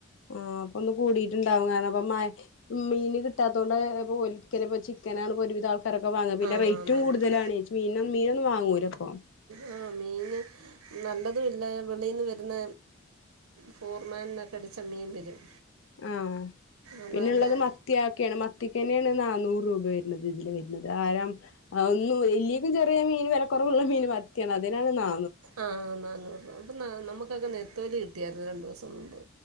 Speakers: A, on the left; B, on the right.
A: ആഹ്! അപ്പൊ ഇന്ന് കൂടിട്ടുണ്ടാവും. കാരണം അപ്പൊ മീന് കിട്ടാത്തതു കൊണ്ട് ഒലിക്കല! ചനാണ് ഒരുവിധ ആൾക്കാരൊക്കെ വാങ്ങുന്നത്. പിന്നെ
B: ആ
A: റേറ്റും
B: ആന്നാന്ന്
A: കൂടുതലാണ് ചേച്ചി മീന മീനൊന്നും വാങ്ങൂല ഇപ്പൊ!
B: ആഹ മീന് നല്ലതും ഇല്ല വെളിന്ന് വരുന്ന! ഫോർമാലിനൊക്കെ അടിച്ച മീൻ വരും!
A: ആഹ്!
B: അതാകുമ്പം
A: പിന്നെള്ളത് മത്തിയാക്കിയാണ്. മത്തിക്ക് തന്നെയാണ് നന്നൂറ് രൂപ വരുന്നത്! ഇതില് വ അത് താരം ഒന്നും വലിയേക്കും ചെറിയ മീൻ വിലക്കറവുള്ള മീൻ മത്തിയാണ് അതിനാണ് നാ
B: ആഹ് നന്നൂറ് രൂപ ഇപ്പൊ നമുക്കൊക്കെ നെത്തോലി കിട്ടിയായിരുന്നു. രണ്ടു ദിവസം മുമ്പ്!